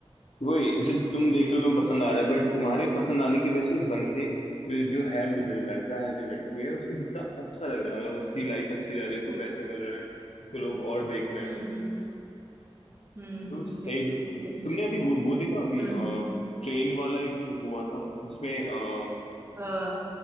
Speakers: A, on the left; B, on the right.
A: वही ऐसे तुम देख रहे हो तुम्हें पसंद आ रहा है बट तुम्हारे पसंद आने की वजह से उस बंदे जो, जो है वो जो लड़का है जो लड़की है उसको कितना अच्छा लग रहा है मतलब उसकी लाइफ अच्छी जा रही है उसको पैसे मिल रहे हैं उसको लोग और देख रहे
B: हम्म
A: हैं
B: हम्म हम्म हम्म
A: तो
B: हम्म,
A: सही
B: बिल्कुल
A: भी-
B: बिल्कुल
A: तुमने अभी वो वो देखा अभी
B: हम्म
A: ट्रेन वाला एक हुआ था जिसमें अ,
B: अ,